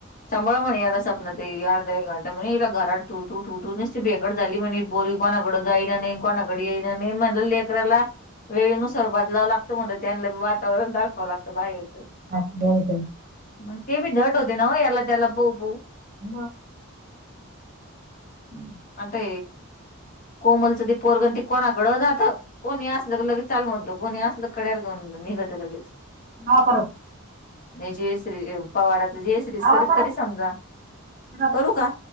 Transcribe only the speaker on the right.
हो का?
म हम्
ह परत
लावा परत
परत